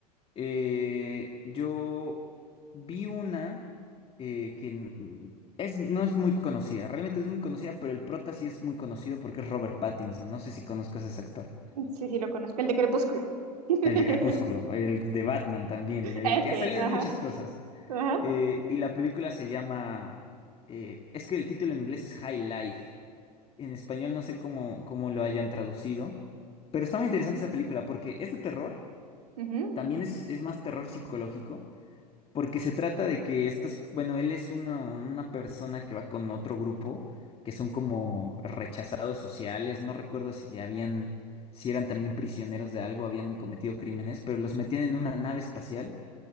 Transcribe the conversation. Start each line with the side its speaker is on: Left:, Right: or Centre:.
Left: Eh, yo vi una eh, que n- es, no es muy conocida, realmente no es muy conocida, pero el prota sí es muy conocido porque es Robert Pattinson. No sé si conozcas a ese actor.
Right: Sí, sí, lo conozco, el de Crepúsculo. <laughs>
Left: El de Crepúsculo, el de Batman también,
Right: Ese,
Left: el que ha salido
Right: ajá,
Left: en muchas cosas.
Right: ajá.
Left: Eh, y la película se llama... eh, es que el título en inglés es High Life. En español no sé cómo, cómo lo hayan traducido. Pero está
Right: Ujú,
Left: muy interesante esa película porque es de terror,
Right: ujú,
Left: también es, es más terror psicológico. Porque se trata de que estas, bueno, él es una, una persona que va con otro grupo, que son como rechazados sociales, no recuerdo si ya habían, si eran también prisioneros de algo, habían cometido crímenes, pero los metían en una nave espacial